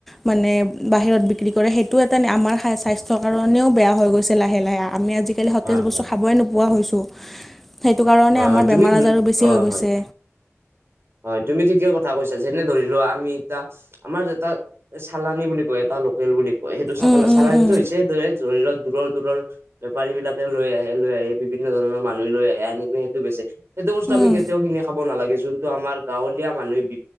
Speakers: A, in the centre; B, on the right (about 55°).
A: মানে বাহিৰত বিক্ৰী কৰে সেইটো এটা আমাৰ স্বাস্থ্যৰ কাৰণেও বেয়া হৈ গৈছে লাহে লাহে আমি আজি কালি সতেজ
B: হয়
A: বস্তু
B: হয়
A: খাবই নোপোৱা হৈছোঁ সেইটো কাৰণে
B: হয়
A: আমাৰ
B: হয়
A: বেমাৰ
B: তুমি যো-
A: আজাৰো বেছি
B: অ
A: হৈ গৈছে
B: হয় হয় তুমি ঠিকেই কথা কৈছা যেনে ধৰিলোৱা আমি এতিয়া আমাৰ যে এটা চালানী বুলি কয় এটা লোকেল বুলি কয় সেইটো চ
A: উম উম
B: চালানীটো
A: উম
B: হৈছে ধৰি লোৱা দূৰ দূৰ বেপাৰী বিলাকে লৈ আহে লৈ আহি বিভিন্ন ধৰণৰ মানুহ লৈ আহে আনি সেইটো বেছি, সেইটো বস্তু
A: উম
B: আমি কেতিয়াও কিনি খাব নালাগে যোনটো আমাৰ গাঁৱলীয়া মানুহে বি